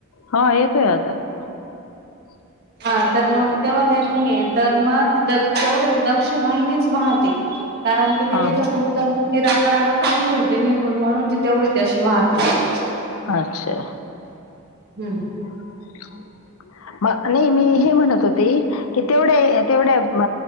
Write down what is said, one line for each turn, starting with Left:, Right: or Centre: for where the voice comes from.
Left: हा येतोय आता <unintelligible>
Right: हा तर मग तेव्हा त्यांनी हे तर मग द तेवढं ती दक्षिण वाहिनीच वाहते. कारण कि ते
Left: हा
Right: तिथं
Left: हा.
Right: गुप्त म्हणून ती राग राग चालली होती निघून म्हणून तिथ तेवढी त्याशी वाहते <inaudible>
Left: अच्छा
Right: हम्म!
Left: <inaudible> म नाही मी हे म्हणत होते, की तेवढ्या तेवढ म